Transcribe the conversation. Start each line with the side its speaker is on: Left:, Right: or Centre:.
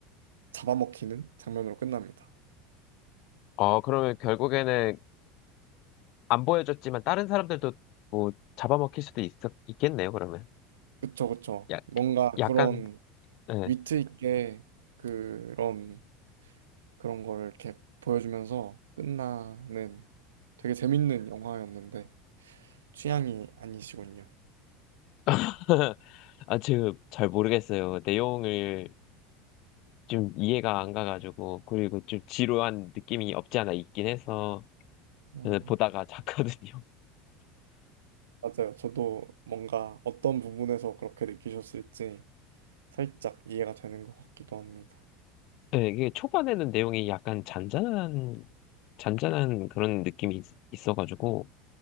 Right: 잡아먹히는 장면으로 끝납니다.
Left: 어, 그러면 결국에는 안 보여줬지만 다른 사람들도 뭐 잡아먹힐 수도 있어, 있겠네요, 그러면.
Right: 그쵸, 그쵸.
Left: 야,
Right: 뭔가
Left: 약간,
Right: 그런
Left: 네.
Right: 위트 있게 그런 그런 걸 이렇게 보여주면서 끝나는 되게 재밌는 영화였는데 취향이 아니시군요.
Left: <laughs> 아, 지금 잘 모르겠어요. 내용을 좀 이해가 안 가가지고, 그리고 좀 지루한 느낌이 없지 않아 있긴 해서,
Right: 음.
Left: 저는 보다가 잤거든요.
Right: 맞아요. 저도 뭔가 어떤 부분에서 그렇게 느끼셨을지 살짝 이해가 되는 것 같기도 합니다.
Left: <laughs> 네, 이게 초반에는 내용이 약간 잔잔한, 잔잔한 그런 느낌이 있- 있어가지고,